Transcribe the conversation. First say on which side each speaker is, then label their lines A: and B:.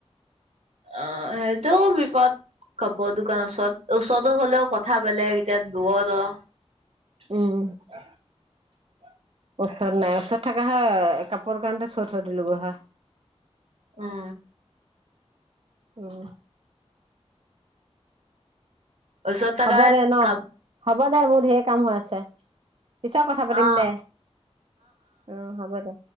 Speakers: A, on the right; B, on the right.
A: অ', সেইটো বিপদ কব দোকানৰ ওচৰত। ওচৰতো হলেও কথা বেলেগ। এতিয়া দূৰৰত অ',
B: উম, ওচৰত নাই ওচৰত থাকা হয় কাপোৰ কাৰণতে থৈ থৈ দিলো হয়।
A: অ',
B: উম,
A: ওচৰত থকা
B: হ'ব দে ন
A: কাপ
B: ', হ'ব দে, মোৰ ঢেৰ কাম হৈ আছে। পিছত কথা পাতিম
A: অ
B: দে। উম্ হ'ব দে।